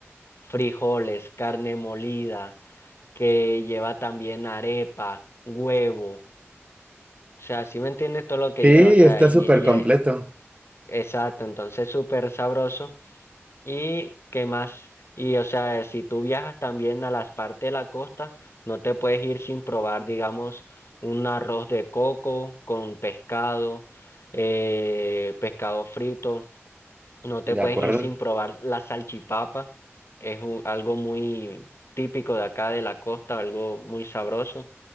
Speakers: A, on the left; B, on the right.
A: frijoles, carne molida, que lleva también arepa, huevo. O sea, si me entiendes todo lo que
B: Sí,
A: lleva? O sea,
B: está
A: y,
B: súper completo.
A: y- eh, Exacto, entonces súper sabroso. ¿Y qué más? Y o sea, si tú viajas también a las partes de la costa, no te puedes ir sin probar, digamos, un arroz de coco con pescado, eh, pescado frito. No te
B: De
A: puedes
B: acuerdo.
A: ir sin probar la salchipapa. Es un- algo muy típico de acá de la costa, algo muy sabroso.